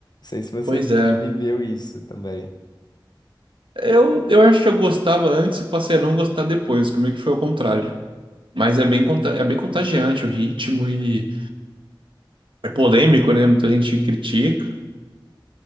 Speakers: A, on the left (about 55°); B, on the right (about 80°).
A: sei se você
B: Pois
A: vi-
B: é.
A: viveu isso também.
B: Eu, eu acho que eu gostava antes e passei a não gostar depois, comigo que foi o contrário. Mas é bem, conta- é bem contagiante o ritmo e é polêmico, né? Muita gente critica.